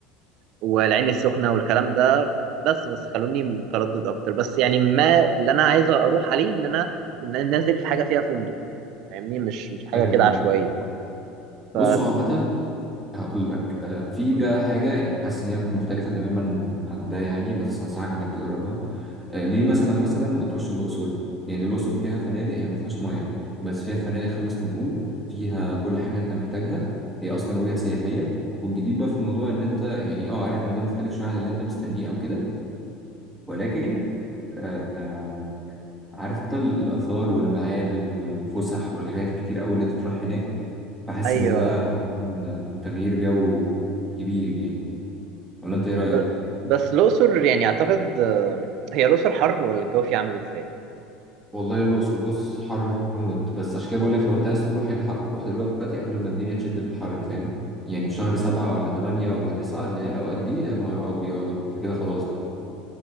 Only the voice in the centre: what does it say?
فاهم
قصدك آه. بصوا
عامة هقول لك آه، في ده
حاجة يعني حاسس إن هي تكون مختلفة تماما عن ده يعني بس أنصحك إنك تجربها آه، ليه مثلا مثلا ما تروحش الأقصر يعني الأقصر فيها فنادق هي ما فيهاش مية بس فيها فنادق خمس نجوم فيها كل حاجة أنت محتاجها هي أصلا وجهة سياحية والجديد بقى في الموضوع إن أنت يعني أه عارف إن ده مختلف شوية عن اللي أنت مستنيه أو كده ولكن آه، عارف انت ال- الآثار والمعابد والفسح والحاجات الكتير قوي اللي تطرح هناك فحاسس
إن ده هيكون تغيير جو كبير يعني ولا أنت إيه رأيك؟
والله الأقصر بص حر موت بس عشان كده بقول لك لو أنت عايز تروح الحق روح دلوقتي قبل ما الدنيا تشد في الحر فاهم؟ يعني في شهر سبعة ولا تمانية ولا تسعة اللي هي الأوقات دي يا نهار أبيض أنت كده خلاص بقى